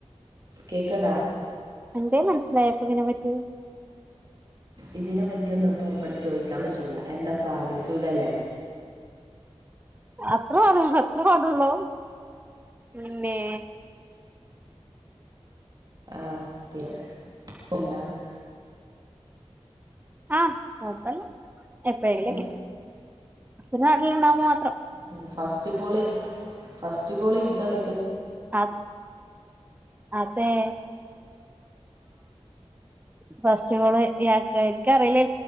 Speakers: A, on the right; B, on the right.
A: കേക്ക്‌ണ്ടോ
B: എന്തേ മനസ്സിലായപ്പോ ഇതിനെപ്പറ്റി
A: ഇതിനെ പറ്റിയൊന്നും ഇപ്പോ ഇവടെ ചോയിക്കാൻ പറ്റൂല്ല എന്താ പാട് സുഖല്ലേ
B: അത്ര പാ അത്ര പാടോള്ളൂ പിന്നെ
A: ആഹ് പി <unintelligible>
B: ആ കൊഴപ്പല്ല എപ്പോഴേങ്കിലൊക്കെ
A: ഉം
B: ഹസ്ബൻന്റ് നാട്ടില്ണ്ടാവുമ്പോ മാത്രം
A: ഉം, ഫസ്റ്റ് കോള് ഫസ്റ്റ് കോള് ഇന്ക്കാ വിളി
B: അ അതെ ഫസ്റ്റ് കോള് ഇയാക്കാ എനിക്കറില്ലേ